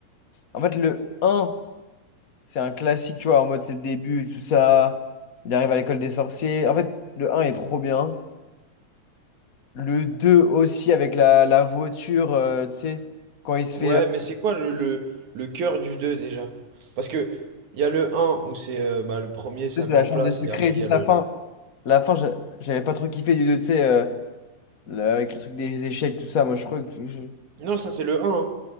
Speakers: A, on the left (about 40°); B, on the right (about 65°).
A: en fait, le un C'est un classique, tu vois, en mode c'est le début, tout ça. Il arrive à l'école des sorciers. En fait, le un est trop bien. Le 2 aussi avec la, la voiture, euh, tu sais, quand il se fait...
B: Ouais,
A: euh,
B: mais c'est quoi le, le, le cœur du 2 déjà? Parce que il y a le un où c'est euh, bah, le premier ça
A: c'est
B: met
A: la
B: en
A: chambre
B: place
A: des secrets,
B: et après
A: juste
B: il y a le...
A: la fin. La fin, j'a- j'avais pas trop kiffé du 2 tu sais, euh, le- avec le truc des échecs, tout ça. Moi, je crois que... je-
B: Non, ça c'est le un. hein.